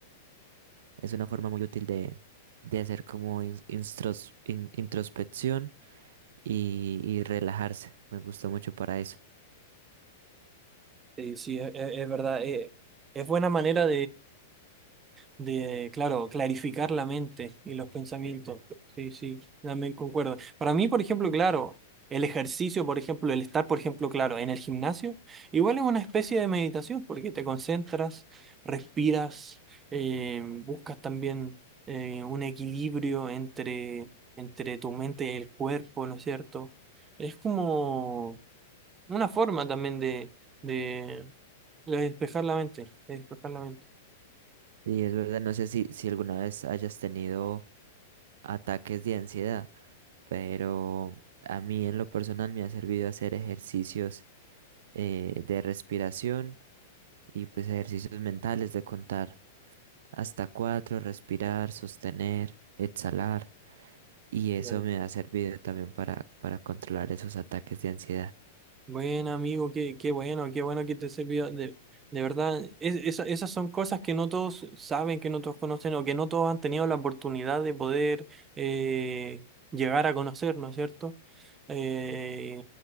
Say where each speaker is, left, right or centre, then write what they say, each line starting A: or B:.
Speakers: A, on the right (about 70°); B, on the right (about 20°).
A: Es una forma muy útil de, de hacer como in- instros- in- introspección y, y relajarse. Me gusta mucho para eso.
B: Eh, sí, e- e- es, verdad, eh, es buena manera de, claro, clarificar la mente y los pensamientos. Sí, sí, también concuerdo. Para mí, por ejemplo, claro, el ejercicio, por ejemplo, el estar, por ejemplo, claro, en el gimnasio, igual es una especie de meditación porque te concentras, respiras, eh, buscas también eh, un equilibrio entre, entre tu mente y el cuerpo, ¿no es cierto? Es como una forma también de, de, de despejar la mente, de despejar la mente.
A: Y es verdad, no sé si, si alguna vez hayas tenido ataques de ansiedad, pero a mí en lo personal me ha servido hacer ejercicios eh, de respiración y pues ejercicios mentales de contar hasta cuatro, respirar, sostener, exhalar y eso
B: Claro.
A: me ha servido también para, para controlar esos ataques de ansiedad.
B: buen amigo, qué, qué bueno, qué bueno que te sirvió. De, de verdad, es- esa- esas son cosas que no todos saben, que no todos conocen o que no todos han tenido la oportunidad de poder eh, llegar a conocer, ¿no es cierto? Eh,